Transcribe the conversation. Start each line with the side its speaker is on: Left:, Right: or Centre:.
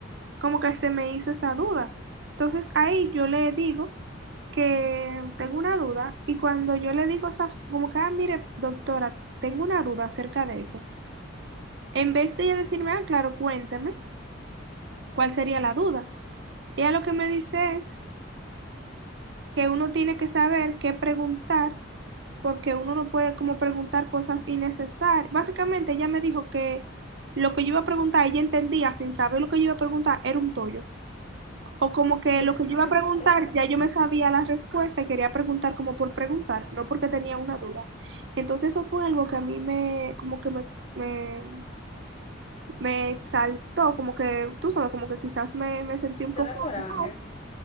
Right: como que se me hizo esa duda. Entonces ahí yo le digo que tengo una duda y cuando yo le digo esa, como que, ah, mire, doctora, tengo una duda acerca de eso. En vez de ella decirme, ah, claro, cuéntame, ¿cuál sería la duda? Ella lo que me dice es que uno tiene que saber qué preguntar, porque uno no puede como preguntar cosas innecesarias. Básicamente ella me dijo que lo que yo iba a preguntar, ella entendía sin saber lo que yo iba a preguntar, era un tollo. O como que
Left: Mira,
Right: lo
Left: eso
Right: que yo iba
Left: es
Right: a
Left: me
Right: preguntar,
Left: molesta. bastante.
Right: ya yo me sabía la respuesta y quería preguntar como por preguntar, no porque tenía una duda. Entonces eso fue algo que a mí me, como que me, me, me exaltó, como que, tú sabes, como que quizás me, me sentí un
Left: ¿Te
Right: poco,
Left: da coraje?
Right: mal,